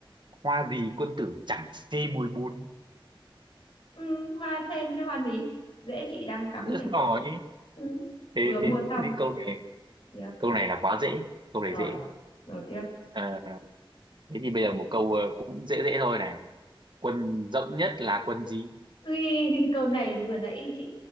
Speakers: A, on the right (about 55°); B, on the left (about 65°).
A: hoa gì quân tử chẳng chê mùi bùn
B: ừ, hoa sen cái hoa gì dễ chị đang cắm
A: Rất
B: kìa
A: giỏi
B: ừ,
A: thế
B: vừa mua
A: thế
B: xong
A: thế thì câu này
B: tiếp
A: câu này là quá dễ câu này
B: rồi
A: dễ
B: rồi tiếp
A: Ờ, thế thì bây giờ một câu ờ, cũng dễ dễ thôi này quân rộng nhất là quân gì
B: Ui, <laughs> câu này vừa nãy chị